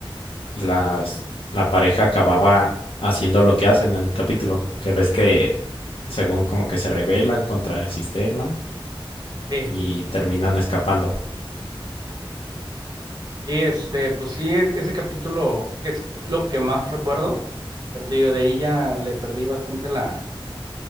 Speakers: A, on the left (about 70°); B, on the right (about 45°).
A: las, la pareja acababa haciendo lo que hacen en el capítulo. Que ves que, según como que se rebelan contra el sistema
B: Sí.
A: y terminan escapando.
B: Y este, pues sí, es- ese capítulo es lo que más recuerdo. Pero te digo, de ahí ya le perdí bastante la,